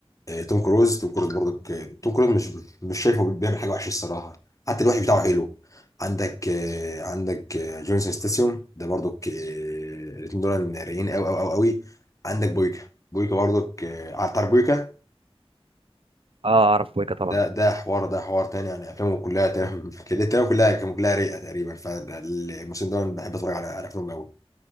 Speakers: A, on the left (about 30°); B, on the right (about 60°).
A: آه، توم كروز توم كروز برضك آه، توم كروز مش مش شايفه بيعمل حاجة وحشة الصراحة حتى الوحش بتاعه حلو عندك آه، عندك آه، جونسون ستاسيوم ده برضك آه، الاتنين دول رايقين قوي قوي قوي قوي عندك بويكا بويكا برضك آه، عارف تعرف بويكا
B: اه اعرف بويكا طبعا
A: ده ده حوار ده حوار تاني يعني افلامه كلها تمام <laughs> كده تمام كلها كلها رايقة تقريبا فالموسم ده أنا بحب اتفرج على على افلامه قوي